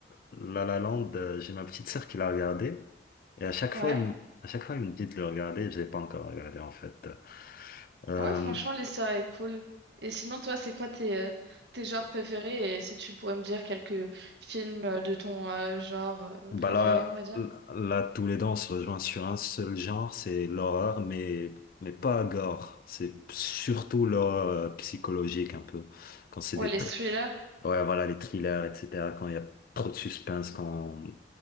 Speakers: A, on the left (about 50°); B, on the right (about 65°).
A: La La Land, euh, j'ai ma petite sœur qui l'a regardé. Et à chaque
B: ouais.
A: fois, elle me, à chaque fois, elle me dit de le regarder. Je l'ai pas encore regardé, en fait. Euh,
B: Ouais, franchement, l'histoire est cool. Et sinon, toi, c'est quoi tes, euh, tes genres préférés? Et si tu pourrais me dire quelques films euh, de ton euh, genre euh,
A: bah
B: préféré,
A: là,
B: on va dire.
A: là, tous les deux, on se rejoint sur un seul genre, c'est l'horreur, mais, mais pas gore. C'est surtout l'horreur euh, psychologique, un peu. Quand c'est
B: Ouais,
A: des,
B: les
A: thr-
B: thrillers.
A: ouais, voilà, les thrillers, etc. Quand il y a trop de suspense, quand